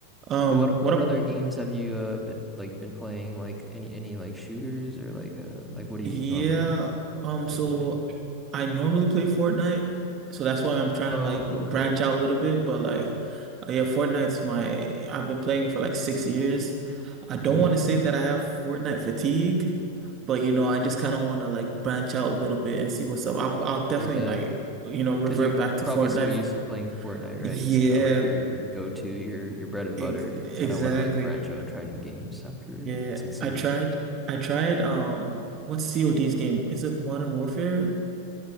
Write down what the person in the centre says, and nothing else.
What what
other games have you uh been, like been playing? Like any any like shooters or like uh like what do
you normally uh,
like play?
Oh,
okay.
Mm.
Yeah.
Because you're
you're
probably
so used
to playing Fortnite, right?
It's kind of like your your go-to, your your bread and
butter. You kind
of want to like branch out and try new games after
six
years.